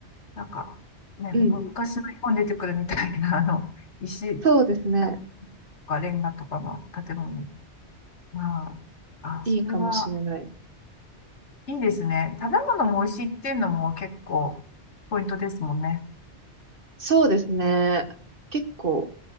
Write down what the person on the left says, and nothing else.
なんか、ね、
昔の日本に出てくるみたいな、あの、石、
なんか、レンガとかの建物。まあ、あ、
それはいいですね。食べ物も美味しいっていうのも結構ポイントですもんね。